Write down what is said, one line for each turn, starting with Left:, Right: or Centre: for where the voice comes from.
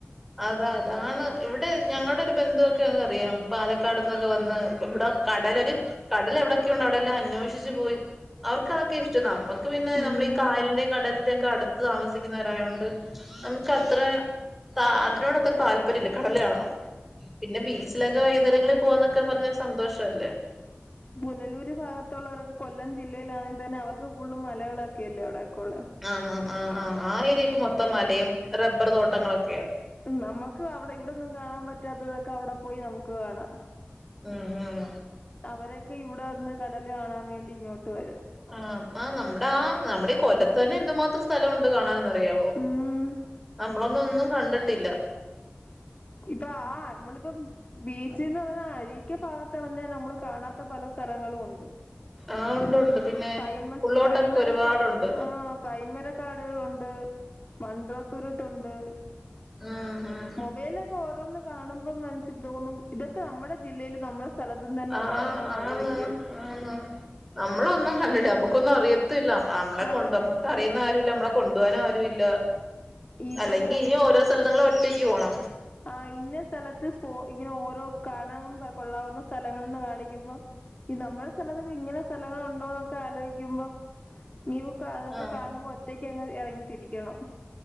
Centre: അതാ അതാണ് ഇവിടെ ഞങ്ങടെ ഒരു ബന്ധുവൊക്കെ അറിയ പാലക്കാട്ന്നൊക്കെ വന്ന് ഇവിടെ കടലൊര് കടൽ എവിടെക്കെ ഉണ്ട് അവിടെ എല്ലാം അന്വേഷിച്ച്പോയി അവർക്ക് അതൊക്കെ ഇഷ്ടം നമ്മ ക്ക് പിന്നെ
Left: ഉം
Centre: നമ്മള് ഈ കായല്ന്റിം കടലിന്റെ ഒക്കെ അടുത്ത് താമസിക്കവരായോണ്ട് നമുക്ക് അത്ര ത അതിനൊട് അത്ര താല്പര്യമില്ല കടലയാണണം ന്ന് പിന്നെ ബീച്ചിലൊക്കെ വൈകുന്നേരങ്ങളി പോകന്നൊക്കെ പറഞ്ഞൊരു സന്തോഷഅല്ലേ
Left: പുനലൂര് ഭാഗത്തുള്ളവരൊക്കെ കൊല്ലം ജില്ലയിലാണെങ്കിതന്നെ കൂടുതലും മലകളല്ലേ അവിടെയൊക്കോള്ളെ
Centre: ആ ആ ആ ആ ആ ഏരിയക്ക് മൊത്തം മലയും റബ്ബർ തോട്ടങ്ങളൊക്കെണ്
Left: നമക്ക് അവിടെ ഇവിടെന്നും കാണാ പറ്റാത്തതൊക്കെ അവിടെ പോയി നമുക്ക് കാണാം
Centre: ഉം ഉം
Left: അവരൊക്കെ ഇവിടെ വന്ന് കടല് കാണാവേണ്ടി ഇങ്ങോട്ട് വരും
Centre: ആഹ് ആ നമ്മടെ ആ നമ്മടെ ഈ കൊല്ലത്ത് തന്നെ എന്ത്മാത്രം സ്ഥലംണ്ട് കാണാനന്ന് അറിയാവോ
Left: ഉം
Centre: നമ്മളൊന്നും ഒന്നും കണ്ട്ട്ടില്ല
Left: ഇപ്പ ആ നമ്മളിപ്പം ബീച്ച് ന്ന് പറഞ്ഞ അഴിക്ക ഭാഗത്തെ തന്നെ നമ്മള് കാണാത്ത പല സ്ഥലങ്ങളും ഉണ്ട്
Centre: ആഹ് ഉണ്ട് ഉണ്ട് പിന്നെ
Left: പൈന്മ
Centre: ഉള്ളോട്ടൊക്കെ
Left: പൈന്മരൊക്കെ
Centre: ഒരുപാടുണ്ട്
Left: ആ ആ പൈന്മരക്കാടുകളുണ്ട് മൺഡ്രതുരുത്ത്ഉണ്ട്
Centre: ആഹ
Left: മൊബൈലിലൊക്കെ ഓരോന്ന് കാണുമ്പോ മനസ്സിതോന്നും ഇതൊക്കെ നമ്മുടെ ജില്ലൽ നമ്മള് സ്ഥലത്തന്ന് തന്നെ
Centre: ആ
Left: ഉള്ളണോന്ന് ആലോയ്ക്കും
Centre: ആന്ന് ആ നമ്മളൊന്നും കണ്ടില്ല നമ്മുക്കൊന്നും അറിയതില്ല നമ്മളെ
Left: ആ
Centre: കൊണ്ട് നമ്മുക്ക് അറിയുന്ന ആരുല്ല നമ്മള കൊണ്ടുവാനും ആരു ഇല്ല
Left: ഇപ്പൊ
Centre: അല്ലെങ്കി ഇനി ഓരോ സ്ഥലത്ത് മ്മള് ഒടറ്റക്ക് പോണം
Left: ആ ഇന്ന സ്ഥലത്ത് പോ ഇങ്ങനെ ഓരോ കാണാൻകൊള്ളാവുന്ന സ്ഥലങ്ങൾന്ന് കാണിക്കുമ്പോ ഈ നമ്മുടെ സ്ഥലത്ത് ഇങ്ങനെ സ്ഥലങ്ങളുണ്ടോന്നൊക്കെ ആലോയ്ക്കുമ്പോ നീയുക്ക അതൊക്കെ
Centre: ആ
Left: കാണുമ്പോ ഒറ്റയ്ക്ക് അങ്ങ് ഇറങ്ങിത്തിരിക്കണം